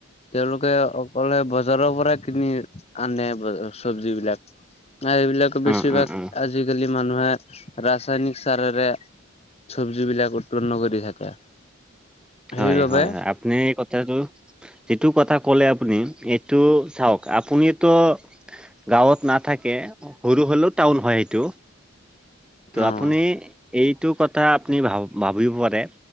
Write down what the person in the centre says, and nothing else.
অ অ অ
হয়
হয় হয় আপুনি এই কথাটো যিটো কথা ক'লে আপুনি এইটো চাওক, আপুনিতো গাঁৱত নাথাকে সৰু হ'লেও টাউন হয় সেইটো ত'
আপুনি এইটো কথা আপুনি ভাব-ভাবিব পাৰে